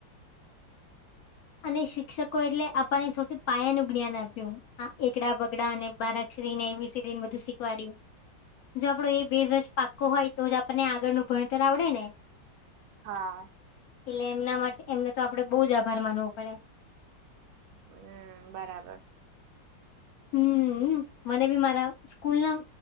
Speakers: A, on the left (about 65°); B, on the right (about 70°).
A: અને શિક્ષકો એટલે આપણને સૌથી પાયાનું જ્ઞાન આપ્યું આ એકડા બગડા અને બારક ને બધું શીખવાડ્યું જો આપડ એ બેઝજ પાકો હોય તો જ આપણને આગળ ન ભણતર આવડે ને
B: હા
A: એટલે એમના માટે એમનો તો આપડે બહુ જ આભાર માનવો પડે
B: હમ બરાબર
A: હમ મને બી મારા સ્કૂલ ના